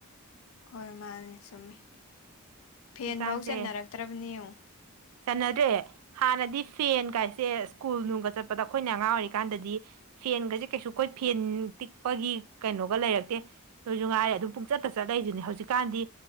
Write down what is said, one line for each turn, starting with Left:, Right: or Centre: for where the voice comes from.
Left: ꯍꯣꯏ ꯃꯥꯅꯤ ꯆꯨꯝꯃꯤ꯫
Right: ꯍꯧꯖꯤꯛꯀꯥꯟꯁꯦ
Left: ꯐꯦꯟꯐꯧ ꯆꯟꯅꯔꯛꯇ꯭ꯔꯕꯅꯦꯌꯦꯉꯣ ꯫
Right: ꯆꯟꯅꯗ꯭ꯔꯦ ꯍꯥꯟꯅꯗꯤ ꯐꯦꯟꯒꯥꯏꯁꯦ ꯁ꯭ꯀꯨꯜ ꯅꯨꯡꯒ ꯆꯠꯄꯗ ꯈꯣꯏꯅ ꯑꯉꯥꯡ ꯑꯣꯏꯔꯤꯀꯥꯟꯗꯗꯤ ꯐꯦꯟꯒꯁꯦ ꯀꯩꯁꯨ ꯀꯣꯏ ꯐꯦꯟ ꯇꯤꯛꯄꯒꯤ ꯀꯩꯅꯣꯒ ꯂꯩꯔꯛꯇꯦ ꯅꯣꯏꯁꯨ ꯉꯥꯏꯔꯦ ꯑꯗꯨꯝ ꯄꯨꯡꯆꯠꯇ ꯆꯠꯂꯏꯗꯨꯅꯦ ꯍꯧꯖꯤꯛꯀꯥꯟꯗꯤ